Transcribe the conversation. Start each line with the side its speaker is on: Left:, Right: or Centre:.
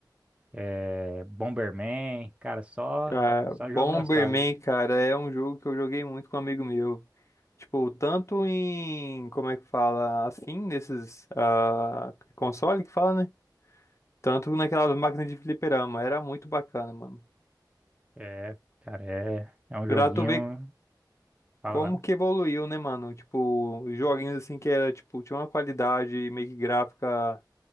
Right: É, Bomberman, cara, só,
Left: Cara,
Right: só
Left: Bomberman,
Right: jogo nostálgico.
Left: cara, é um jogo que eu joguei muito com um amigo meu. Tipo, tanto em, como é que fala, assim, nesses ah, console que fala, né? Tanto naquela máquina de fliperama, era muito bacana, mano.
Right: É, cara, é, é um
Left: Pra
Right: joguinho.
Left: tu ver
Right: Fala
Left: como
Right: lá.
Left: que evoluiu, né, mano? Tipo, joguinhos assim que era, tipo, tinha uma qualidade meio que gráfica